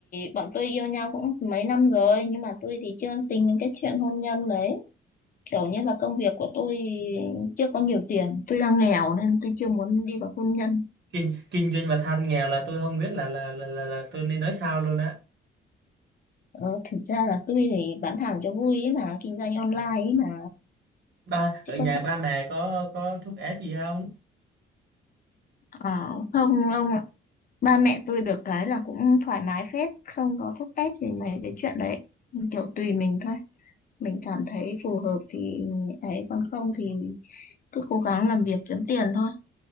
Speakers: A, on the left (about 45°); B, on the right (about 60°).
A: bọn tôi yêu nhau cũng mấy năm rồi nhưng mà tôi thì chưa tính đến cái chuyện hôn nhân đấy. Kiểu như là công việc của tôi chưa có nhiều tiền, tôi đang nghèo nên tôi chưa muốn đi vào hôn nhân.
B: kinh kinh doanh mà than nghèo là tôi không biết là là là là, là tôi nên nói sao luôn á
A: Ờ, thực ra là tôi thì bán hàng cho vui ấy mà, kinh doanh online
B: Ờ.
A: ấy mà.
B: ba
A: Chứ
B: ở nhà
A: có phải...
B: ba mẹ có có thúc ép gì không
A: Ờ, không ông ạ. Ba mẹ tôi được cái là cũng thoải mái phết, không có thúc ép gì mấy cái chuyện đấy. Kiểu tùy mình thôi. Mình cảm thấy phù hợp thì ấy, còn không thì cứ cố gắng làm việc kiếm tiền thôi